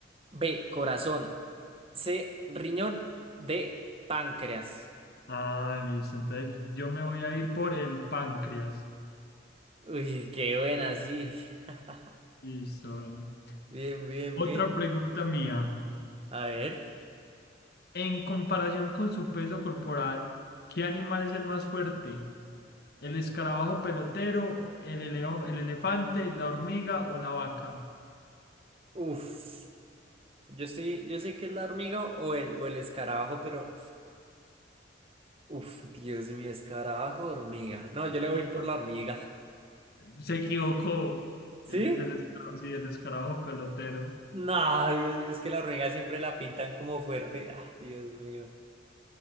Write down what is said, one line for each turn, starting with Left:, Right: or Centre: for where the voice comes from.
Right: B. Corazón. C. Riñón. D. Páncreas.
Left: Ah, listo, entonces yo me voy a ir por el páncreas.
Right: Uy, qué buena, sí. <laughs>
Left: Listo, bueno.
Right: Bien, bien,
Left: Otra
Right: bien.
Left: pregunta mía.
Right: A ver.
Left: En comparación con su peso corporal, ¿qué animal es el más fuerte? ¿El escarabajo pelotero, el, eleo- el elefante, la hormiga o la vaca?
Right: Uf. Yo estoy, yo sé que es la hormiga o el, o el escarabajo, pero. Uf, Dios mío, escarabajo, hormiga. No, yo le voy
Left: Por
Right: por
Left: favor.
Right: la hormiga.
Left: Se equivocó.
Right: ¿Sí?
Left: Él es el escarabajo, sí, el escarabajo pelotero.
Right: No, Dios mío, es que la hormiga siempre la pintan como fuerte. Ah, Dios mío.